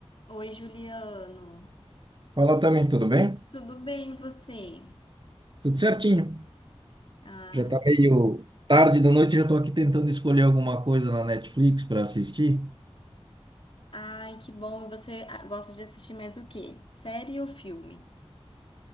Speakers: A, on the left (about 60°); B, on the right (about 45°).
A: Oi, Juliano.
B: Fala também, tudo bem?
A: Tudo bem, e você?
B: Tudo certinho.
A: Ai,
B: Já tá meio tarde da noite, já tô aqui tentando escolher alguma coisa na Netflix para assistir.
A: ai, que bom. E você ah, gosta de assistir mais o quê? Série ou filme?